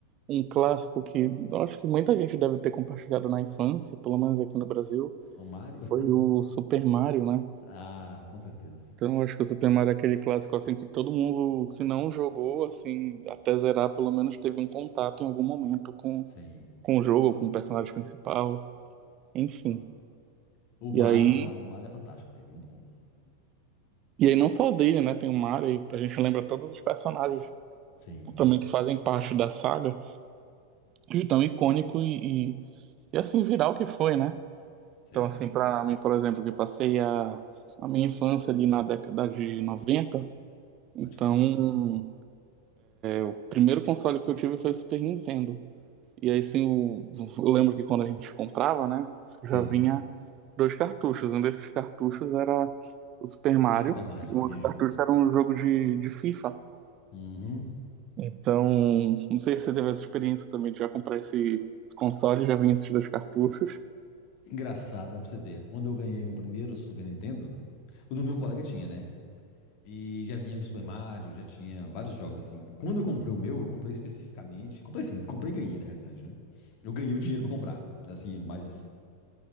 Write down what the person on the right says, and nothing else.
um clássico que eu acho que muita gente deve ter compartilhado na infância, pelo menos aqui no Brasil,
foi
o Super Mario, né?
Então, eu acho que o Super Mario é aquele clássico, assim, que todo mundo, se não jogou, assim, até zerar, pelo menos teve um contato em algum momento com,
com o jogo, com o personagem principal, enfim.
E aí,
e aí não só dele, né? Tem o Mario, e a gente lembra todos os personagens
também que fazem parte da saga. de tão icônico e, e, e, assim viral que foi, né?
Então, assim, para mim, por exemplo, que eu passei a, a minha infância ali na década de 90, então,
o primeiro console que eu tive foi o Super Nintendo. E aí, sim, o- eu lembro que quando a gente comprava, né, já
vinha dois cartuchos. Um desses cartuchos era o Super Mario,
o
outro
cartucho era um jogo de, de FIFA.
Então, não sei se você teve essa experiência também de já comprar esse console, já vinha esses dois cartuchos.